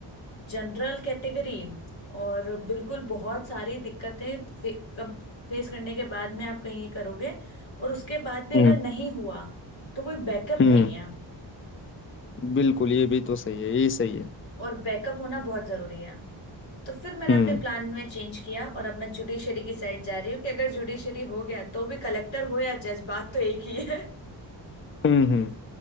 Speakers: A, on the left; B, on the left.
A: जनरल कैटेगरी और बिल्कुल बहुत सारी दिक्कतें फे, कम, फेस करने के बाद में आप कहीं ये करोगे और उसके बाद भी अगर
B: हम्म
A: नहीं हुआ तो कोई बैकअप
B: हम्म
A: नहीं है
B: बिल्कुल ये भी तो सही है ये सही है
A: और बैकअप होना बहुत जरूरी है तो फिर मैंने
B: हम्म
A: अपने प्लान में चेंज किया और अब मैं जुडिशरी की साइड जा रही हूँ कि अगर जुडिशरी हो गया तो भी कलेक्टर हो या जज बात तो एक ही है
B: हम्म हम्म